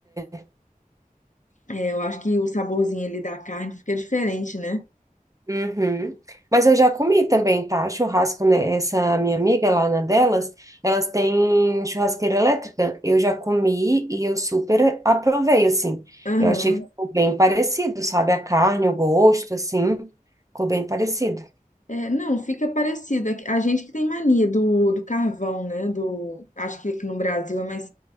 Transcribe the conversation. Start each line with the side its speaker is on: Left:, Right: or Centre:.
Right: né?
Left: É, eu acho que o saborzinho ali da carne fica diferente, né?
Right: Uhum. Mas eu já comi também, tá? Churrasco, né? Essa minha amiga lá na delas, elas têm churrasqueira elétrica. Eu já comi e eu super aprovei, assim.
Left: Aham.
Right: Eu achei que ficou bem parecido, sabe? A carne, o gosto, assim, ficou bem parecido.
Left: É, não, fica parecido. É que A gente que tem mania do, do carvão, né? Do, acho que aqui no Brasil é mais.